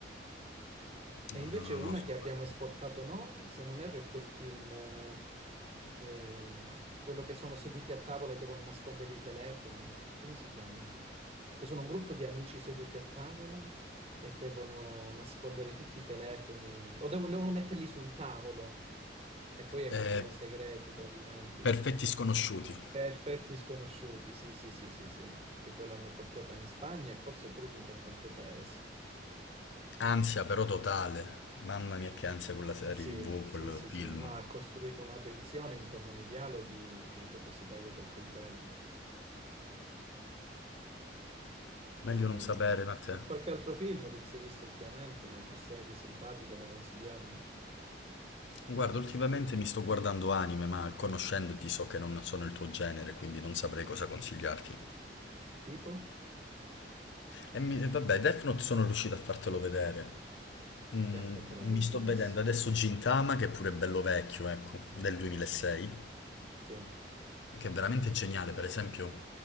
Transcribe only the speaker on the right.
E
invece
una
che abbiamo
esportato noi, se non erro, è quel film eh, eh, quello che sono seduti a tavola e devono nascondere i telefoni, come si chiama? Che sono un gruppo di amici seduti a tavola e devono nascondere tutti i telefoni o devono, devono metterli sul tavolo e poi emergono
segreti, tradimenti.
Perfetti sconosciuti, sì, sì, sì, sì, sì, che poi l'hanno portata in Spagna e forse pure in qualche altro paese.
Sì,
sì,
sì,
sì, no, ha costruito una tensione intorno ai dialoghi che proprio si taglia col coltello.
E,
e qualche altro film che ti sei visto ultimamente o qualche serie simpatica da consigliarmi?
Tipo?
Death Note era
bellissimo.
Sì,